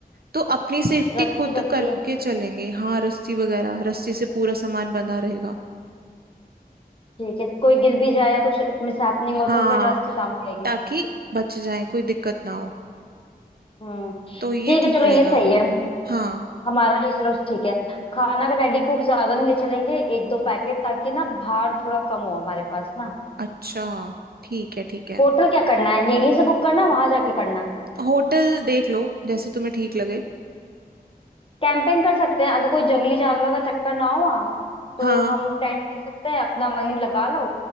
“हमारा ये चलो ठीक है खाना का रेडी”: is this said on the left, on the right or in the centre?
Left